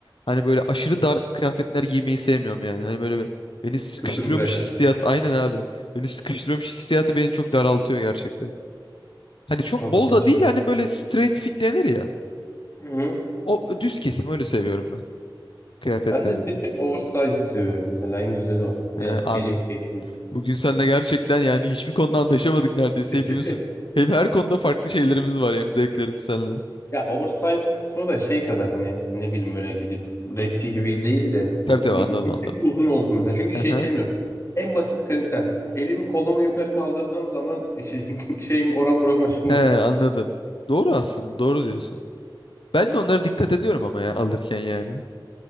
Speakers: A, on the left; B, on the left.
A: hani böyle aşırı dar kıyafetler giymeyi sevmiyorum yani. Hani böyle bir- beni sıkıştırıyormuş
B: Kısır bırakan.
A: hissiyat aynen abi. Beni sıkıştırıyormuş hissiyatı beni çok daraltıyor gerçekten. Hani çok
B: Ama
A: bol
B: ben
A: da
B: de
A: değil
B: öyle.
A: hani böyle straight fit denir ya.
B: Hı.
A: O düz kesim öyle seviyorum ben kıyafetleri
B: Ben de
A: de.
B: bir tık oversize seviyorum mesela. En güzeli o. Yani
A: He, abi
B: benim keyfim.
A: Bugün seninle gerçekten yani hiçbir konuda anlaşamadık neredeyse.
B: <laughs>
A: Hepimiz hep her konuda farklı şeylerimiz var yani zevklerimiz seninle.
B: Ya oversize kısmı da şey kadar hani ne bileyim böyle gidip rapçi gibi değil de
A: Tabii
B: ne
A: tabii anladım
B: bileyim bir
A: anladım.
B: tık uzun olsun mesela. Çünkü
A: Aha.
B: şey sevmiyorum. En basit kriter. Elimi kolumu yukarı kaldırdığım zaman <laughs> şey, şeyim oran buram aşılmasın.
A: He anladım. Doğru aslında doğru diyorsun. Ben de onlara dikkat ediyorum ama ya alırken yani.